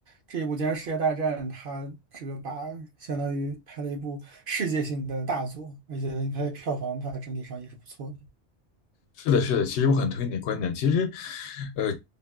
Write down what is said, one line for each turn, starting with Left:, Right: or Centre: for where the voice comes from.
Right: 这一部《僵尸世界大战》，它这个把相当于拍了一部世界性的大作，而且呢，看的票房它整体上也是不错的。
Left: 是的，是的，其实我很同意你的观点。其实，呃，